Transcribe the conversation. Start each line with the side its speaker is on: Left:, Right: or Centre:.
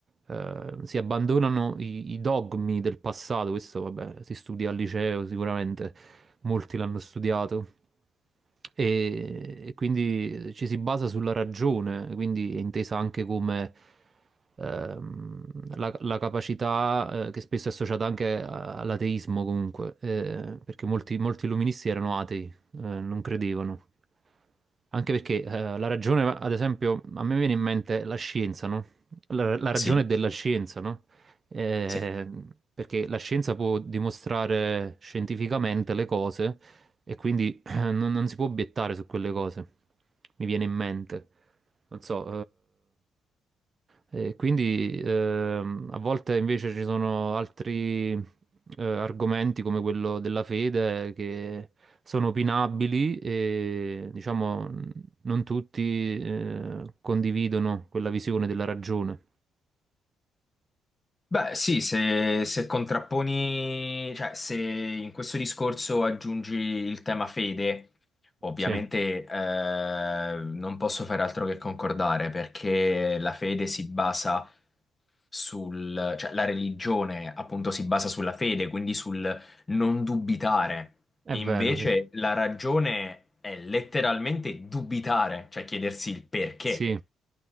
Right: eh, si abbandonano i, i dogmi del passato, questo vabbè, si studia al liceo sicuramente, molti l'hanno studiato e, e quindi eh, ci si basa sulla ragione, quindi è intesa anche come ehm, la, la capacità eh, che spesso è associata anche a- all'ateismo comunque, eh, perché molti, molti illuministi erano atei, eh, non credevano. Anche perché eh, la ragione, ad esempio, a me viene in mente la scienza, no? La, la ragione
Left: Sì,
Right: della scienza, no? Eh,
Left: sì.
Right: perché la scienza può dimostrare scientificamente le cose e quindi <clears throat> non, non si può obiettare su quelle cose, mi viene in mente. Non so, eh, eh, quindi ehm, a volte invece ci sono altri eh, argomenti come quello della fede che sono opinabili e diciamo non tutti eh, condividono quella visione della ragione.
Left: Beh, sì, se, se contrapponi, cioè se in questo discorso aggiungi il tema fede, ovviamente
Right: Sì,
Left: eh, non posso fare altro che concordare perché la fede si basa sul, cioè la religione appunto si basa sulla fede, quindi sul non dubitare.
Right: è
Left: Invece
Right: vero, sì.
Left: la ragione è letteralmente dubitare, cioè chiedersi il perché.
Right: Sì,